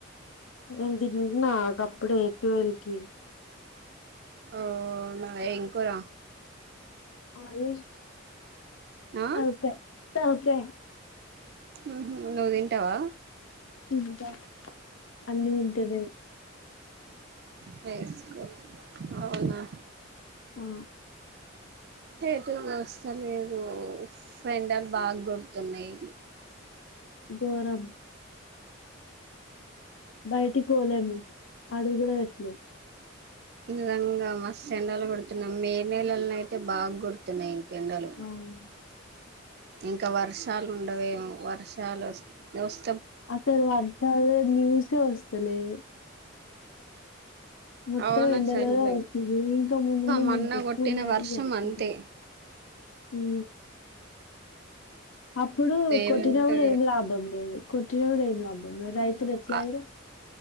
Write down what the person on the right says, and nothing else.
ఓ అవునా ఎం కూర
ఆ
అహ నువ్వు తింటావా
ఫేస్కు అవునా
ఏటు తోస్తలేదు ఎండాలు బాగా కొడుతున్నాయి
నిజంగా మస్ ఎెండలు కొడుతు న మే నెలలానైతే బాగా గోడు తున్నాయి ఎండలు
ఇంకా వర్షాలు ఉండవేమో వర్షాలు వస్తే వాస్
అవును
చల్లే
మొన్న
కొట్టిన
వర్షం
అంతే
ఏమంటే
అ